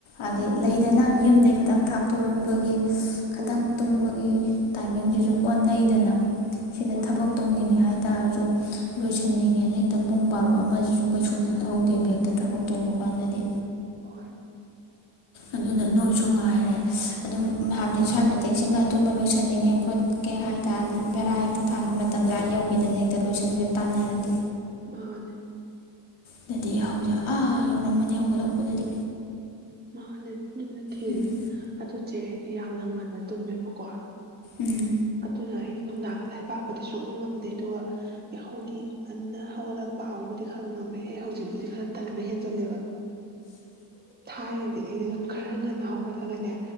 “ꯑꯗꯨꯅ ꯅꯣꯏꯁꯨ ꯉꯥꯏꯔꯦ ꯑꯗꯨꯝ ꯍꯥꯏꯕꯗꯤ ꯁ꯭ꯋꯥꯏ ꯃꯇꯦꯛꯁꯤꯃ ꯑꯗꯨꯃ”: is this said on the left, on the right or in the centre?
Left